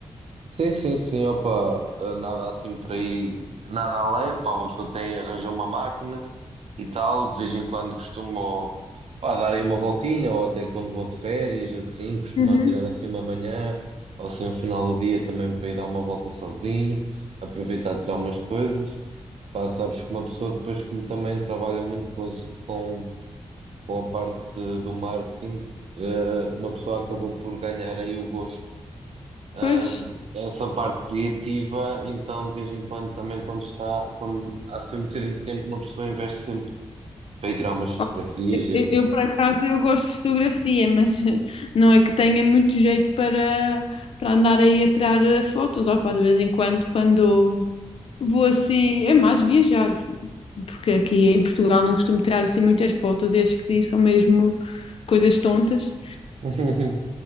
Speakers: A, on the right (about 65°); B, on the left (about 55°).
A: sim, sim, sim, opa opá, nada assim por aí, nada além, opa uma pessoa tem, arranjou uma máquina e tal. De vez em quando costumo, pá, dar aí uma voltinha, ou até quando vou de férias, assim, costumo
B: Uhum.
A: tirar assim uma manhã, ou assim, o final do dia também para ir dar uma volta sozinho, aproveitar tirar umas coisas. Pá, sabes que uma pessoa depois como também trabalha muito com, as- com, com a parte do marketing, eh, uma pessoa acabou por ganhar aí o gosto. Ahm,
B: Pois.
A: essa parte criativa, então de vez em quando também quando está, quando há assim um bocadinho de tempo, uma pessoa investe sempre para ir tirar umas
B: Oh,
A: fotografias e
B: Eu,
A: afim.
B: eu, por acaso, eu gosto de fotografia, mas eh, não é que tenha muito jeito para, para andar aí a tirar eh, fotos. Opa, de vez em quando, quando vou assim, é mais viajar, porque aqui em Portugal não costumo tirar assim muitas fotos e as que tiro são mesmo coisas tontas.
A: <laughs>